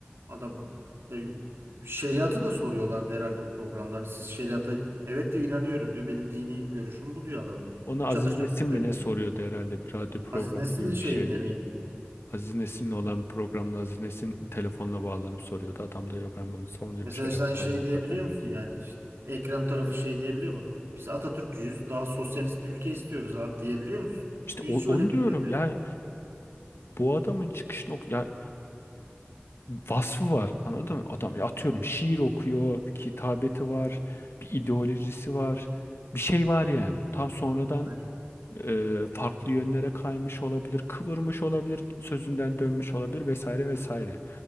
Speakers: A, on the right; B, on the left.
A: Adam e, şeriatı da soruyorlardı herhalde o programda. Hani siz şeriata evet diyor inanıyorum diyor. Benim dini görüşüm bu diyor adam.
B: Ona Aziz
A: Çatır çatır
B: Nesin mi
A: söylüyor.
B: ne soruyordu herhalde bir radyo programı
A: Aziz Nesin'in
B: gibi
A: şeyinde
B: bir şeydi.
A: miydi?
B: Aziz Nesin'le olan bir programda Aziz Nesin telefonla bağlanıp soruyordu. Adam diyor ben bunu savunuyorum
A: Mesela
B: şey yap-
A: sen şey
B: savunuyorum
A: diyebiliyor
B: zaten diyor.
A: musun yani? işte Ekrem tarafı şey diyebiliyor mu? Biz Atatürkçüyüz. Daha sosyalist bir ülke istiyoruz abi diyebiliyor musun?
B: İşte
A: Hiç
B: o- onu
A: öyle
B: diyorum
A: bir şey demiyorsun.
B: yani bu adamın çıkış nok ya vasfı var anladın mı? Adam ya atıyorum şiir okuyor, bir kitabeti var, bir ideolojisi var. Bir şey var yani. Tam sonradan
A: Aynen.
B: e, farklı yönlere kaymış olabilir, kıvırmış olabilir, sözünden dönmüş olabilir vesaire vesaire.